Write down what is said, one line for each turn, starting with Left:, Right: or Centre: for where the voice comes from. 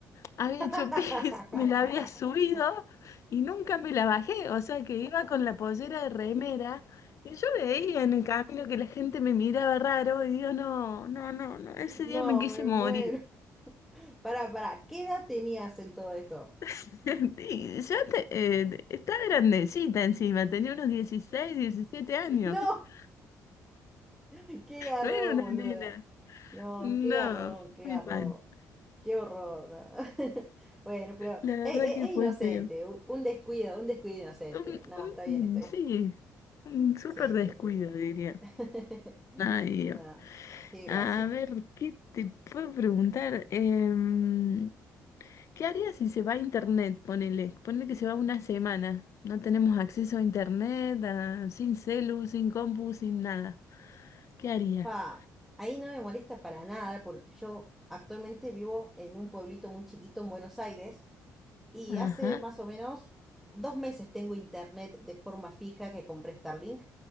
Left: Había
Centre: <laughs>
Left: hecho pis, <laughs> me la había subido y nunca me la bajé. O sea que iba con la pollera de remera y yo veía en el camino que la gente me miraba raro y digo, no, no, no, no, ese
Centre: No,
Left: día me quise
Centre: me
Left: morir.
Centre: muero. Pará, pará, ¿qué edad tenías en todo esto?
Left: <laughs> Y yo te- eh, estaba grandecita encima, tenía unos 16, 17 años.
Centre: No.
Left: <laughs>
Centre: <laughs> Qué garrón,
Left: No era una
Centre: boluda.
Left: nena.
Centre: No,
Left: No,
Centre: qué garrón, qué
Left: muy
Centre: garrón.
Left: mal.
Centre: Qué horror, ¿no? <laughs> Bueno, pero
Left: La verdad
Centre: es, es-
Left: que
Centre: es
Left: fue
Centre: inocente,
Left: feo.
Centre: u- un descuido, un descuido inocente.
Left: Un-
Centre: No, está bien,
Left: un-
Centre: está bien.
Left: sí, un súper
Centre: Sí,
Left: descuido,
Centre: sí, sí.
Left: diría.
Centre: <laughs>
Left: Ay, Dios.
Centre: No, qué
Left: A
Centre: gracia.
Left: ver, ¿qué te puedo preguntar? Em, ¿qué harías si se va a internet? Ponele, ponele que se va una semana. No tenemos acceso a internet, a- sin celu, sin compu, sin nada. ¿Qué harías?
Centre: Pa, ahí no me molesta para nada porque yo actualmente vivo en un pueblito muy chiquito en Buenos Aires. Y
Left: Ajá.
Centre: hace más o menos dos meses tengo internet de forma fija que compré Starlink